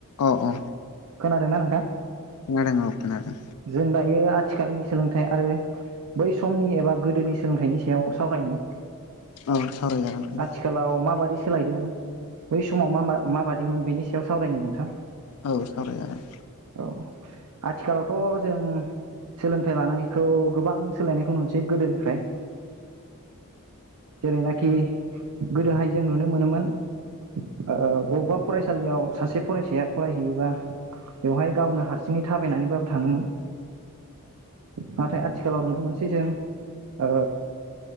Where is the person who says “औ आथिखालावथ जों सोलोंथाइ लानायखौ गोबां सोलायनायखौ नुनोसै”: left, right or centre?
Right